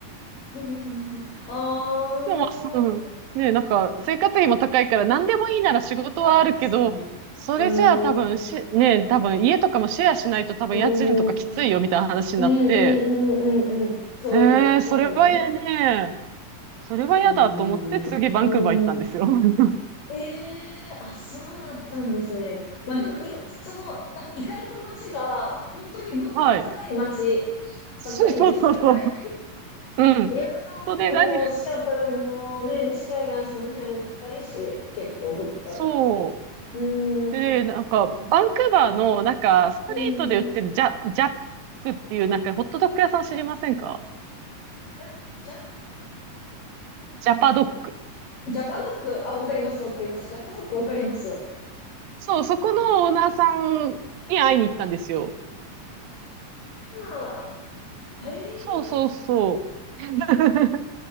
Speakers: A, on the left; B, on the right.
A: <laughs> ああ。
B: でも、そう、ね、なんか、生活費も高いから、何でもいいなら仕事はあるけど、
A: いやー、確かに。
B: それじゃあ多分し、
A: うーん。
B: ね、多分家とかもシェアしないと多分家賃とかきついよみたいな話になって、
A: うーん。うんうんうんうんうん。そうで、
B: ええそれはね、
A: そうだな。
B: それは嫌だと思って次バンクーバー行ったんですよ。
A: うーん。うーん。
B: <laughs>
A: へえ、あ、そうだったんですね。まあでも、今、その、なんか行かれた街が、本当に物価の高い街
B: はい。そうそうそうそう。
A: ばっかりでしたよね。
B: うん。
A: ニューヨークもシアトルもね、
B: そうで、何、
A: 西海岸その辺も高いし、結構物価う
B: そう。
A: ーん。
B: で、なんか、バンクーバーの、なんか、ストリートで売ってるジャ、
A: うーん。ジ
B: ジャックっていう、なんか、ホットドッグ屋さん知りませんか
A: ャ、ジャ、
B: ジャパドッグ。
A: ジャパドック。あ、わかります、わかります。ジャパドックわかります。
B: そう、そこのオーナーさんに会いに行ったんですよ。
A: ああ。ええ
B: そうそうそう。<laughs>